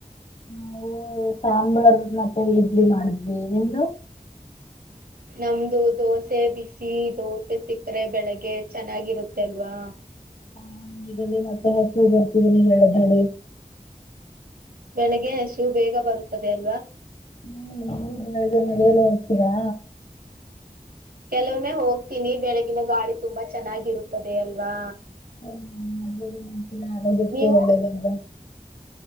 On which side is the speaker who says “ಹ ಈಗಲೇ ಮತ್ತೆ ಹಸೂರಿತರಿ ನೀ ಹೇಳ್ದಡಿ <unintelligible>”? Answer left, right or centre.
Left